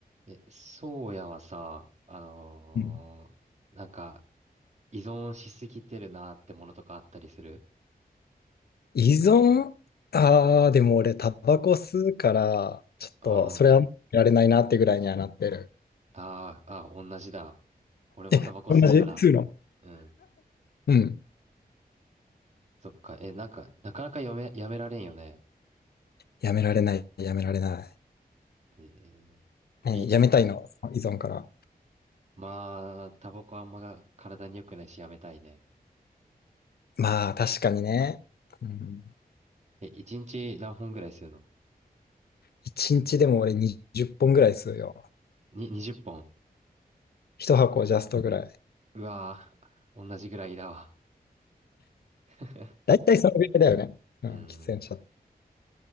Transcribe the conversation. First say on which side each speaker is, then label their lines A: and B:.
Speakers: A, on the right (about 45°); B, on the left (about 75°).
A: え、そうやはさ、あのーなんか、
B: うん
A: 依存しすぎてるなってものとかあったりする
B: 依存ああー、でも俺、タバコ吸うから、ちょっと、
A: うん。あ
B: それはやめられないなってぐらいにはなってる。
A: あ、ああ、同じだ。俺もタバコ吸うから。
B: え、同じ吸うの
A: うん。
B: うん。
A: そっか。え、なんか、なかなかやめ、やめられんよね。
B: やめられない、やめられない。
A: えー、
B: ね、
A: え一、
B: やめたいの、依存から。
A: まあ、タバコあんま体に良くないしやめたいね。
B: まあ、確かにね。うん。
A: え、一日何本ぐらい吸うの
B: 一日でも俺20本ぐらい吸うよ。
A: に、20本。
B: 一箱ジャストぐらい。
A: うわぁ、同じぐらいだわ。<laughs>
B: だいたいそのぐらいだよね。うん、
A: うー
B: 喫煙者。
A: ん。
B: い